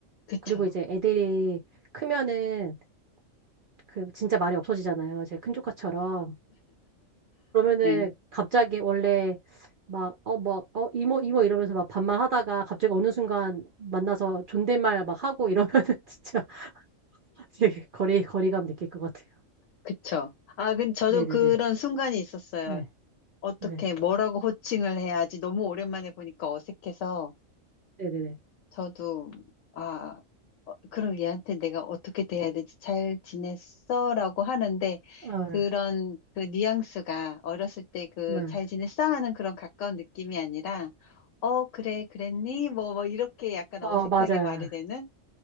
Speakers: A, on the left; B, on the right.
A: 그쵸.
B: 그리고 이제 애들이 크면은 그 진짜 말이 없어지잖아요. 제 큰 조카처럼. 그러면은
A: 예,
B: 갑자기 원래 막, 어, 막, 어, 이모, 이모 이러면서 막 반말 하다가 갑자기 어느 순간 만나서 존댓말 막 하고 이러면은 <laughs> 진짜 <laughs> 되게 거리, 거리감 느낄 것 같아요.
A: 그쵸. 아, 근데 저도
B: 네네네.
A: 그런 순간이 있었어요.
B: 네,
A: 어떻게,
B: 네,
A: 뭐라고 호칭을 해야지 너무 오랜만에 보니까 어색해서.
B: 네네네.
A: 저도, 아, 어, 그럼 얘한테 내가 어떻게 대해야 되지? 잘 지냈어? 라고 하는데,
B: 아,
A: 그런 그 뉘앙스가 어렸을 때 그
B: 네.
A: 잘 지냈어? 하는 그런 가까운 느낌이 아니라, 어, 그래, 그랬니? 뭐, 뭐, 이렇게 약간
B: 어,
A: 어색하게
B: 맞아요.
A: 말이 되는?